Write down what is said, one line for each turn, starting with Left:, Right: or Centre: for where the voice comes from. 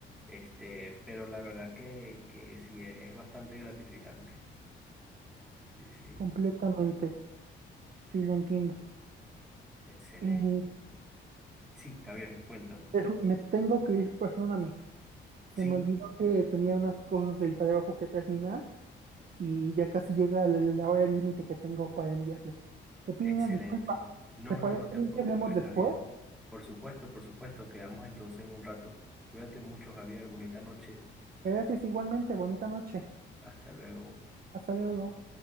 Centre: Este, pero la verdad que, que sí, es, es bastante gratificante. Sí, sí,
Right: Completamente, sí lo entiendo.
Centre: excelente.
Right: Eh,
Centre: Sí, Javier, cuéntame.
Right: pero me tengo que ir, perdóname. Se
Centre: Sí.
Right: me olvidó que tenía unas cosas del trabajo que terminar y ya casi llega la la hora límite que tengo para enviarlo. Te pido
Centre: Excelente.
Right: una disculpa.
Centre: No,
Right: ¿Te parece
Centre: no, no te
Right: bien
Centre: preocupes,
Right: que hablemos después?
Centre: Javier. Por supuesto, por supuesto, quedamos entonces en un rato. Cuídate mucho, Javier. Bonita noche.
Right: Gracias igualmente, bonita noche.
Centre: Hasta luego.
Right: Hasta luego.